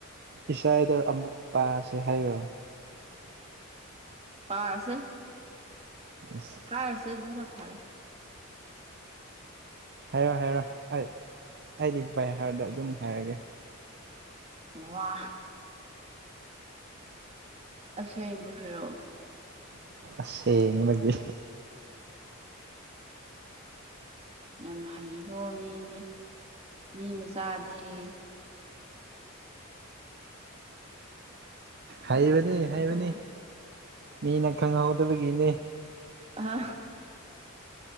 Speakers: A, on the right; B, on the right.
A: ꯏꯁꯥꯥꯏꯗ ꯑꯃꯨꯛ ꯄꯥꯁꯦ ꯍꯥꯏꯔꯣ
B: ꯄꯥꯔꯁꯦ
A: ꯑꯁ
B: ꯍꯥꯥ ꯁꯦꯗꯨ ꯅ ꯐꯥꯔꯦ
A: ꯍꯥꯏꯔꯣ ꯍꯥꯏꯔꯣ ꯑꯩ ꯑꯩꯗꯤ ꯕꯩꯍꯥꯔꯗ ꯑꯗꯨꯝ ꯍꯥꯏꯔꯒꯦ
B: ꯃ ꯑꯁ ꯃꯦꯔꯣ
A: ꯑꯁꯦꯡꯒ
B: ꯌꯥꯝ ꯍꯩꯀꯣ ꯃꯤꯗꯤ ꯃꯤ ꯃꯆꯥꯗꯤꯦ
A: ꯍꯩꯕꯅꯦ
B: ꯌꯥꯝ ꯍꯩꯌꯦꯀꯣ
A: ꯍꯩꯕꯅꯤ ꯃꯤꯅ ꯈꯪꯍꯧꯗꯕꯒꯤꯅꯦ
B: ꯑ